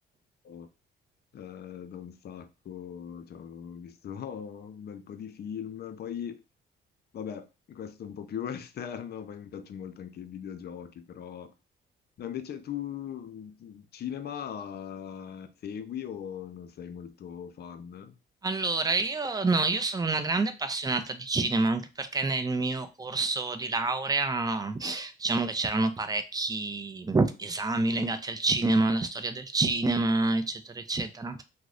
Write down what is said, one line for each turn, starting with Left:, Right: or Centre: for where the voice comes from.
Left: ho, eh, da un sacco, cioè, ho visto <laughs> un bel po' di film, poi, vabbè, questo è un po' più <laughs> esterno, poi mi piacciono molto anche i videogiochi, però... No, invece tu cinema eh, segui o non sei molto fan?
Right: Allora, io no, io sono una grande appassionata di cinema, anche perché nel mio corso di laurea diciamo che c'erano parecchi esami legati al cinema, alla storia del cinema, eccetera, eccetera.